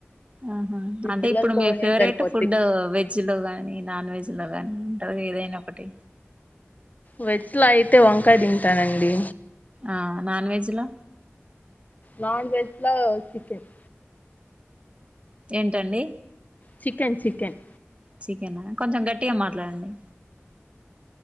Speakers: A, on the right (about 25°); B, on the left (about 35°).
A: ఆహా అంటే
B: పిల్లలతోనే
A: ఇప్పుడు మీ ఫేవరెట్
B: సరిపోద్ది
A: ఫుడ్ వె. జ్లో కానీ నాన్ వెజ్లో కానీ ఉంటుంది కదా ఏదైనా ఒకటి.
B: వెజ్లా అయితే వంకాయ తింటానండి.
A: ఆ నాన్వెజ్ లా.
B: నాన్వెజ్ లో చికెన్.
A: ఏంటండీ.
B: Chicken chicken.
A: చికెనా కొంచెం గట్టిగా మాట్లాడండి.